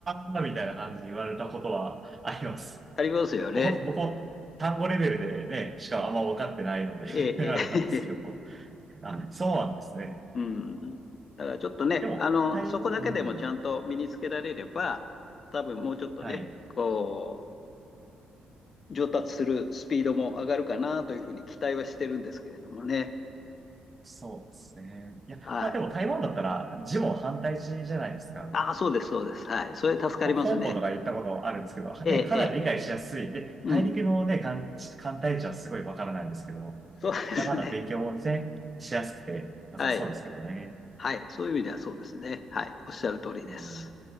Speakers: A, on the right (about 25°); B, on the left (about 45°).
A: あー、みたいな感じに言われたことはあります。
B: ありますよね。
A: もう本当僕も単語レベルでね、しかあんま分かってないので
B: ええ、
A: <laughs> あれなんですけど、
B: ええ、<laughs>
A: あ、そうなんですね。
B: うん。だからちょっとね、
A: でも、
B: あの、
A: タイム、
B: そこだけでもちゃんと身につけられれば、
A: うん、
B: 多分もうちょっとね、
A: はい。
B: こう、上達するスピードも上がるかなというふうに期待はしてるんですけれどもね。
A: そうですね。いや、
B: はい。
A: まあでも台湾だったら字も反対字じゃないですか。
B: ああ、そうです、そうです。はい。それ助かりますね。
A: 香港とか行ったことあるんですけど、
B: ええ、
A: ね、かなり理解しやすい。
B: ええ。
A: で、
B: うん。
A: 大陸のね、簡、簡体字はすごいわからないんですけど、
B: そうですね。
A: だまだ勉強もね、しやすくて良さそうですけどね。
B: はい。はい。そういう意味ではそうですね。はい。おっしゃる通りです。
A: うん